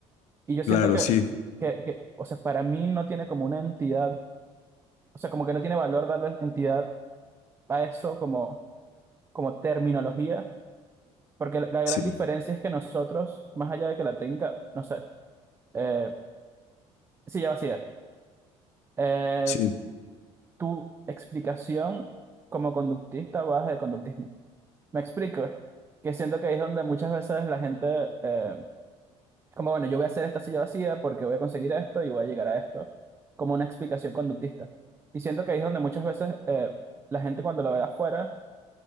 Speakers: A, on the right (about 20°); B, on the left (about 65°).
A: Y yo siento
B: Claro,
A: que,
B: sí,
A: que, que, o sea, para mí no tiene como una entidad, o sea, como que no tiene valor darle entidad a eso como, como terminología, porque la, la gran
B: sí,
A: diferencia es que nosotros, más allá de que la técnica, no sé, eh, silla vacía, eh,
B: sí,
A: tu explicación como conductista va de conductismo. ¿Me explico? Que siento que ahí es donde muchas veces la gente, eh, es como, bueno, yo voy a hacer esta silla vacía porque voy a conseguir esto y voy a llegar a esto, como una explicación conductista. Y siento que ahí es donde muchas veces eh, la gente cuando lo ve afuera,